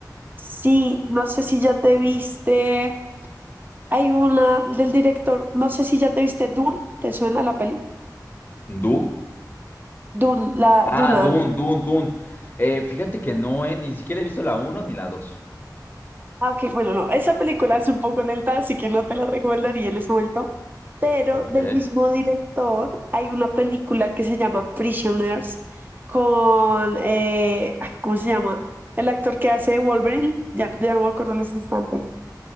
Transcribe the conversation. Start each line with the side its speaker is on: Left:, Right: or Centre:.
Right: Sí, no sé si ya te viste. Hay una del director, no sé si ya te viste Dune, ¿te suena la peli?
Left: Doom.
Right: Dune, la
Left: Ah,
Right: Duna.
Left: Dune, Dune, Dune. Eh, fíjate que no, eh, ni siquiera he visto la uno ni la 2.
Right: Ah, ok, bueno, no, esa película es un poco lenta, así que no te la recomendaría en este momento, pero
Left: Ok.
Right: del mismo director hay una película que se llama Prisoners con, eh, ay, ¿cómo se llama? El actor que hace de Wolverine, ya, ya no me acuerdo en este instante,